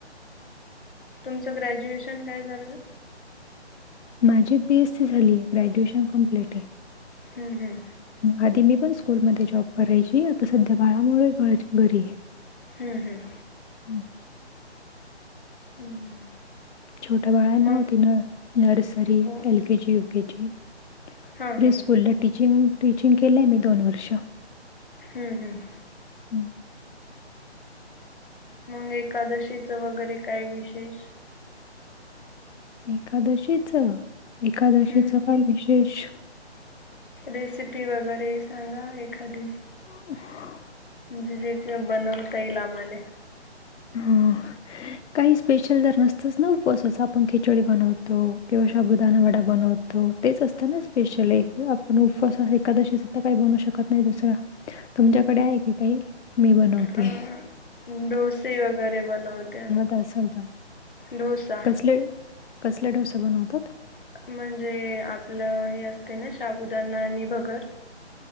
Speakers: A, on the left; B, on the left.
A: तुमचं ग्रॅज्युएशन काय झालंय.
B: माझी बी एस सी झालीये, ग्रॅज्युएशन कंप्लिट ये.
A: हम्म हम्
B: आधी मी पण स्कूलमध्ये जॉब करायची, आता सध्या बाळामुळे घरी आहे.
A: हम्म हम्
B: हं.
A: हम्म
B: छोट्या बाळांना
A: मग
B: होती ना, नर्सरी,
A: हो.
B: L. K. G, U. K. G.
A: हा
B: प्रिसस्कूलला
A: हा
B: टीचिंग, टीचिंग केलंय मी दोन वर्ष.
A: हम्म हम्म.
B: हं.
A: मग एकादशीचं वगैरे काय विशेष?
B: एकादशीच, एकादशीच
A: हम्म
B: काय विशेष?
A: रेसिपी वगैरे सांगा एखादी,
B: हो. <unintelligible>
A: म्हणजे जे बनवता येईल आम्हाले.
B: हो. काही स्पेशल तर नसतच ना, उपवासाच आपण खिचडी बनवतो, किंवा शाबुदाना वडा बनवतो तेच असत ना स्पेशलि आपण उपवासाच एखकादशीचत काही बनू शकत नाही दुसर. तुमच्याकडे आहे की काही? मी बनवते,
A: अ डोसे वगैरे बनवत्या.
B: काय सांगता,
A: डोसा
B: कसले? कसले डोसे बनवतात?
A: म्हणजे आपलं हे असते ना, शाबुदाणा आणि भगर.